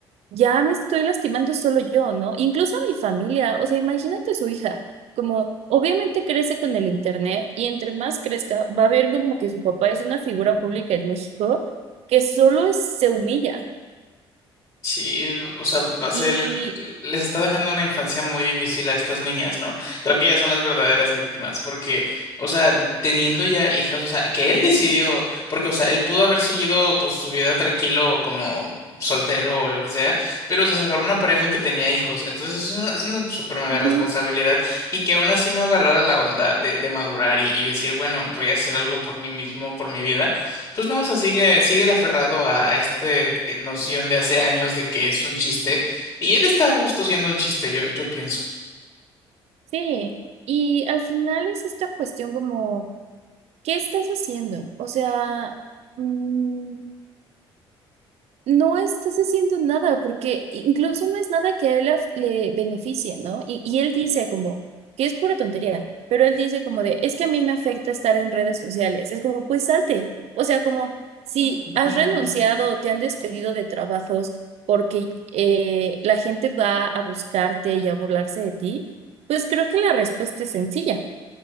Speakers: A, on the right; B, on the left.
A: ya me estoy lastimando solo yo, ¿no? Incluso a mi familia, o sea, imagínate su hija, como obviamente crece con el internet y entre más crezca, va a ver como que su papá es una figura pública en México que solo es- se humilla.
B: Sí, es- o sea, va a ser,
A: Y,
B: les está dejando una infancia muy difícil a estas niñas, ¿no? Creo que ellas son las verdaderas víctimas, porque, o sea, teniendo ya hijas, o sea, que él decidió, porque, o sea, él pudo haber seguido, pues, su vida tranquilo como soltero o lo que sea, pero, o sea, se agarró una pareja que tenía hijos, entonces es una, es una super mega
A: ujú,
B: responsabilidad y que aún así no agarrara la onda de, de madurar y, y decir, bueno, voy a hacer algo por mí mismo, por mi vida pues no, o sea, sigue, sigue el aferrado a, a este que- noción de hace años de que es un chiste. Y él está a gusto siendo un chiste, yo, yo pienso.
A: sí, y al final es esta cuestión como... ¿Qué estás haciendo? O sea, mm, no estás haciendo nada porque incluso no es nada que a él af- le beneficie, ¿no? Y, y él dice como, que es pura tontería, pero él dice como de, es que a mí me afecta estar en redes sociales. Es como, pues salte. O sea, como si
B: Ujú,
A: has renunciado o te han despedido de trabajos porque eh, la gente va a buscarte y a burlarse de ti, pues creo que la respuesta es sencilla,